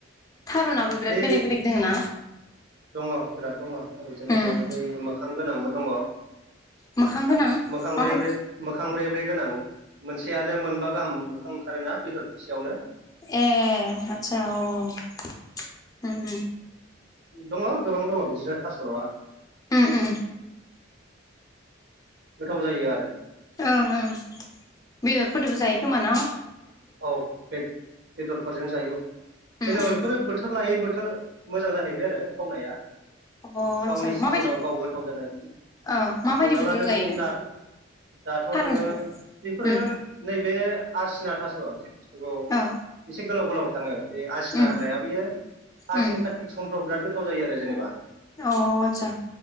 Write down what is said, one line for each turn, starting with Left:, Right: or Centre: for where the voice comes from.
Left: थारुनाबो बिराद
Right: बे
Left: बेलेग बेलेग दोङो ना?
Right: दङ बिराद दङ ओरैजाय नोङो
Left: उम
Right: बै मोखां गोनांबो दङ
Left: मोखां गोनां
Right: मोखां
Left: माब्ला
Right: ब्रे-ब्रे मोखां ब्रे-ब्रे गोनां मोनसेयानो मोनबा गाहाम मोखां ओंखारोना बेदर दरसेयावनो?
Left: ए आतसा अ-अ ओम।
Right: दङ गोबां दङ बिदिनो थास'आ।
Left: ओ‌ ओ।
Right: गोथाव जायो आरो।
Left: ओं ओं बेदरफोरजोंबो जायो खोमाना?
Right: औ बे बेदरफोरजों जायो जेनेबा
Left: उम उम
Right: बेफोरो बोथोर लायै बोथोर मोजां जाहैबाय आरो थावनाया
Left: अ आतसा
Right: गावनि सिजोनाव
Left: माबायदि
Right: गाव गोथाव जानाय बिदि
Left: ओ माबायदि
Right: हमना
Left: बोथोराव
Right: ला नों
Left: जायो
Right: दा दाथ'
Left: थारुनखौ
Right: नोङो बेफोरो
Left: उम
Right: नैबे आसिना थास' बे बुुसथुखौ
Left: ओ
Right: एसे गोलाव गोलाव थाङो बे आसिना
Left: उम
Right: होननाया बियो आसिन
Left: उम
Right: कातिक समफ्राव बिराद गोथाव जायो आरो जेनेबा
Left: अ आतसा